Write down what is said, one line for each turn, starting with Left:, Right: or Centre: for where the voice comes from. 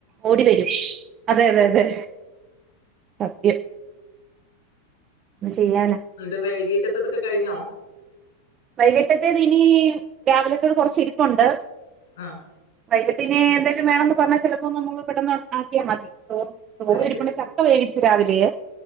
Right: ഓടി വരും അതെ അതെ അതെ സത്യം എന്തോ ചെയ്യാനാ
Left: നിന്റെ വൈകീട്ടത്തതൊക്കെ കഴിഞ്ഞോ
Right: വൈകിട്ടത്തേത് ഇനി രാവിലത്തേത് കൊറച്ച് ഇരിപ്പുണ്ട്
Left: ആഹ്
Right: വൈകിട്ടിനി എന്തേലും വേണംന്ന് പറഞ്ഞാല് ചെലപ്പോ നമ്മള് പെട്ടന്ന് ഒണ്ടാക്കിയാ മതി തോ ചോറ്
Left: അത്
Right: ഇരിപ്ണ്ട് ചക്ക വേവിച്ചു രാവിലെ